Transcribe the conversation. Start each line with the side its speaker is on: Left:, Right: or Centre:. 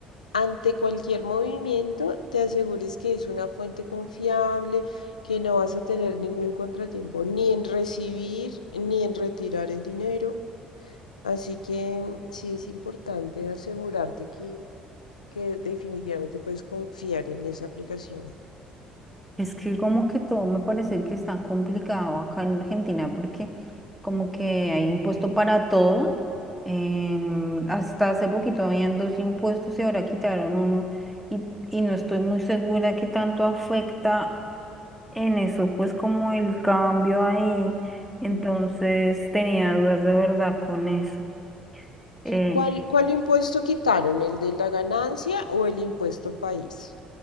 Left: ante cualquier movimiento te asegures que es una fuente confiable, que no vas a tener ningún contratiempo, ni en recibir ni en retirar el dinero. Así que sí es importante asegurarte que, que definitivamente puedes confiar en esa aplicación.
Centre: Es que como que todo me parece que está complicado acá en Argentina porque como que hay impuesto para todo. Em, hasta hace poquito habían dos impuestos y ahora quitaron uno y, y no estoy muy segura qué tanto afecta en eso, pues como el cambio ahí, entonces
Left: Ujú.
Centre: tenía dudas de verdad con eso. Eh,
Left: ¿Cuál, cuál impuesto quitaron? ¿El de la ganancia o el impuesto país?